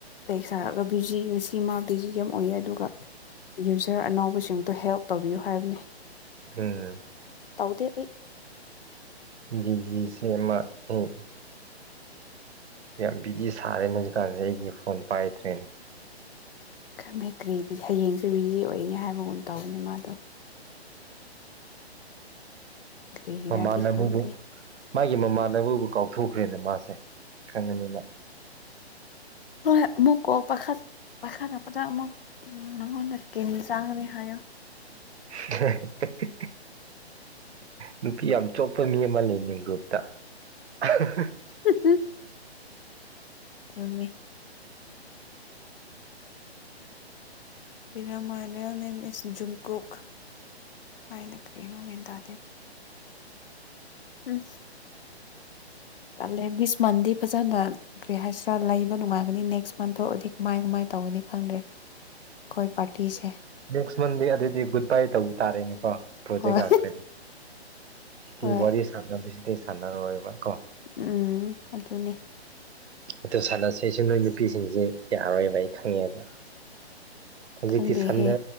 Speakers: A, on the left (about 55°); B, on the right (about 75°).
A: ꯇꯩ ꯁꯥꯔꯒ ꯕꯤꯖꯤ ꯉꯁꯤ ꯃꯥ ꯕꯤꯖꯤ ꯌꯥꯝ ꯑꯣꯏꯌꯦ ꯑꯗꯨꯒ ꯌꯨꯖꯔ ꯑꯅꯧꯕꯁꯤꯡꯗꯣ ꯍꯦꯜꯞ ꯇꯧꯕꯤꯌꯨ ꯍꯥꯏꯕꯅꯤ
B: ꯎꯝ
A: ꯇꯧꯗꯦ ꯑꯩ
B: ꯕꯤꯖꯤꯁꯦ ꯃꯥ <unintelligible> ꯌꯥꯝ ꯕꯤꯖꯤ ꯁꯥꯔꯦꯅꯦ ꯍꯧꯖꯤꯛꯀꯥꯟꯁꯦ ꯑꯩꯒꯤ ꯐꯣꯟ ꯄꯥꯏꯗ꯭ꯔꯦꯅꯦ
A: ꯈꯪꯗꯦ ꯀꯔꯤꯗꯤ ꯍꯌꯦꯡꯁꯨ ꯕꯤꯖꯤ ꯑꯣꯏꯅꯤ ꯍꯥꯏꯕꯒꯨꯝ ꯇꯧꯕꯅꯤ ꯃꯥꯗꯣ ꯀꯔꯤꯒꯤꯔꯗꯤ
B: ꯃꯃꯥꯟꯅꯕꯕꯨ
A: ꯈꯪꯗꯦ
B: ꯃꯥꯒꯤ ꯃꯃꯥꯟꯅꯅꯕꯕꯨ ꯀꯥꯎꯊꯣꯛꯈ꯭ꯔꯦꯅ ꯃꯥꯁꯦ ꯈꯪꯉꯅꯤ ꯃ
A: ꯍꯣꯏ ꯑꯃꯨꯛ ꯀꯣꯜ ꯄꯥꯏꯈꯠ ꯄꯥꯏꯈꯠꯂꯛꯄꯗ ꯑꯃꯨꯛ ꯅꯉꯣꯟꯗ ꯀꯦꯅꯤ ꯆꯥꯒꯅꯤ ꯍꯥꯏꯌꯣ
B: <unintelligible> ꯅꯨꯄꯤ ꯌꯥꯝ ꯆꯣꯠꯄ ꯃꯤ ꯑꯃ ꯂꯩꯅꯦ ꯒ꯭ꯔꯨꯞꯇ <unintelligible>
A: <unintelligible> ꯑꯗꯨꯅꯤ <unintelligible> ꯃꯤꯁ ꯖꯨꯡꯀꯣꯛ ꯍꯥꯏꯅ ꯀꯔꯤꯅꯣ ꯒ꯭ꯌꯥꯟ ꯇꯥꯗꯦ ꯎꯝ ꯇꯜꯂꯦ ꯗꯤꯁ ꯃꯟꯗꯤ ꯐꯖꯅ ꯀꯔꯤ ꯍꯥꯏꯁꯤꯔꯥ ꯂꯩꯕ ꯅꯨꯡꯉꯥꯏꯒꯅꯤ ꯅꯦꯛꯁ ꯃꯟ ꯊꯣꯛꯑꯗꯤ ꯀꯃꯥꯏ ꯀꯃꯥꯏ ꯇꯧꯒꯅꯤ ꯈꯪꯗ꯭ꯔꯦ ꯀꯣꯏ ꯄꯥꯔꯇꯤꯁꯦ
B: ꯅꯦꯛꯁ ꯃꯟꯗꯤ ꯑꯗꯨꯗꯤ ꯒꯨꯗ ꯕꯥꯏ ꯇꯧꯕ ꯇꯥꯔꯦꯅꯦꯀꯣ ꯄ꯭ꯔꯣꯖꯦꯛ
A: ꯍꯣꯏ
B: ꯂꯥꯛꯇ꯭ꯔꯗꯤ ꯁꯤꯗꯤ
A: ꯍꯣꯏ
B: ꯋꯥꯔꯤ ꯁꯥꯟꯅꯕꯁꯤꯗꯤ ꯁꯥꯟꯅꯔꯔꯣꯏꯕ ꯀꯣ
A: ꯎꯝ ꯑꯗꯨꯅꯦ
B: ꯑꯗꯨ ꯁꯥꯟꯅꯁꯦꯁꯨ ꯅꯣꯏ ꯅꯨꯄꯤꯁꯤꯡꯁꯦ ꯌꯥꯔꯣꯏꯕ ꯑꯩ ꯈꯪꯉꯦꯕ
A: <inaudible>
B: ꯍꯧꯖꯤꯛꯇꯤ
A: ꯈꯪꯗꯦꯍꯦ
B: ꯁꯥꯟꯅ